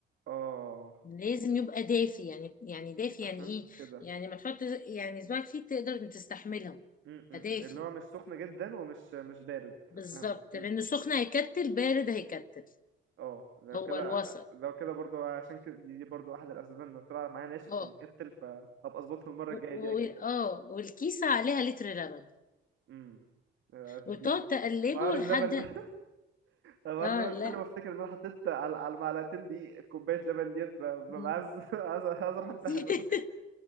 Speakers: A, on the right (about 75°); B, on the left (about 45°).
A: اه
B: لازم يبقى دافي يعني يعني دافي
A: عشان
B: يعني ايه
A: كده
B: يعني ما تحط يعني صباعك فيه تقدر إن تستحملها
A: امم
B: فدافي
A: اللي هو مش سخن جدا ومش مش بارد
B: بالظبط
A: فاهمك امم
B: لان سخن هيكتل بارد هيكتل
A: اه لو
B: هو
A: كده
B: الوسط
A: لو كده برضو عشان كده دي, دي برضو احد الاسباب ان طلع معايا ناشف
B: اه
A: ومكتل فهبقى اظبطها المره
B: و...
A: الجايه
B: و...
A: دي اكيد
B: اه والكيسة عليها لتر لبن
A: امم آه،
B: وتقعد
A: دي
B: تقلبه
A: مهار اللبن
B: لحد
A: ده الحوار
B: اه
A: اللي هو كل
B: لا
A: ما افتكر ان انا حطيت على على المعلقتين دي كوبايه لبن ديت ب- ببقى
B: مم.
A: عايز <laughs> عايز عايز اروح انتحر
B: كتير